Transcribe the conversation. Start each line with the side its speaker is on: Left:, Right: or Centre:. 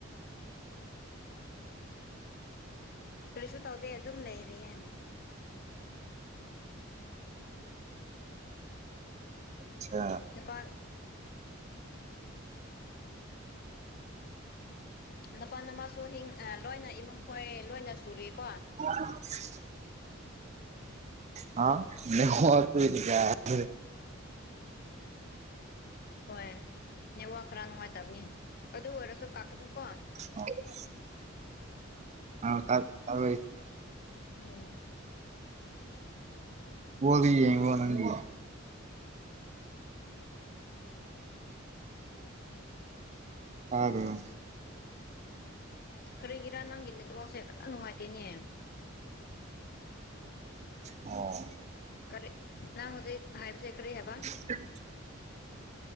Left: ꯀꯔꯤꯁꯨ ꯇꯧꯗꯦ ꯑꯗꯨꯝ ꯂꯩꯔꯤꯌꯦ꯫
Right: ꯑꯠꯆꯥ꯫
Left: ꯅꯦꯄꯥꯜ꯫ ꯅꯄꯥ ꯅꯃꯥꯁꯨ ꯍꯤꯡ ꯂꯣꯏꯅ ꯏꯃꯨꯡ ꯈꯣꯏ ꯂꯣꯏꯅ ꯁꯨꯔꯤꯀꯣ?
Right: <unintelligible> ꯍꯥ ꯅꯦꯋꯥꯛ ꯇꯨꯗꯤ ꯌꯥꯗ꯭ꯔꯦꯗ꯫
Left: ꯍꯣꯏ ꯅꯦꯋꯥꯛ ꯈꯔꯥ ꯅꯨꯡꯉꯥꯏꯇꯕꯅꯤ ꯑꯗꯨ ꯑꯣꯏꯔꯁꯨꯣ ꯀꯛꯀꯥꯅꯨꯀꯣ꯫
Right: <unintelligible> ꯑꯥ ꯀꯠ ꯑꯔꯨꯏ꯫
Left: ꯎꯝ
Right: ꯕꯣꯜꯗꯤ ꯌꯦꯡꯕ꯭ꯔꯣ ꯅꯪꯗꯤ? ꯇꯥꯗꯔꯣ?
Left: ꯀꯔꯤꯒꯤꯔꯥ ꯅꯪꯒꯤ ꯅꯦꯠꯋꯥꯛꯁꯦ ꯐꯖꯅ ꯅꯨꯡꯉꯥꯏꯇꯦꯅꯦ꯫
Right: ꯑꯣ
Left: ꯀꯔꯦ ꯅꯪ ꯍꯧꯖꯤꯛ ꯍꯥꯏꯕꯤꯁꯦ ꯀꯔꯤ ꯍꯥꯏꯕ?
Right: <unintelligible>